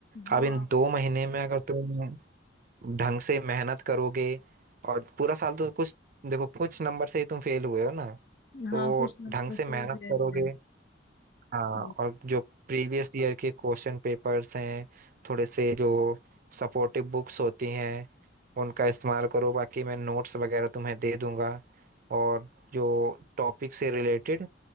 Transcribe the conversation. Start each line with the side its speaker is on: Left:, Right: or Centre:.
Left: हाँ
Right: अब इन दो महीने में अगर तुम ढंग से मेहनत करोगे और पूरा साल तो कुछ देखो कुछ नंबर से ही तुम फेल हुए हो ना तो
Left: हाँ कुछ नंबर
Right: ढंग से
Left: सही
Right: मेहनत
Left: से
Right: करोगे
Left: हुए
Right: हाँ
Left: हम्म,
Right: और जो प्रीवियस ईयर के क्वेश्चन पेपर्स हैं थोड़े से जो सपोर्टिव बुक्स होती हैं उनका इस्तेमाल करो बाकी मैं नोट्स वगैरह तुम्हें दे दूंगा और जो टॉपिक से रिलेटेड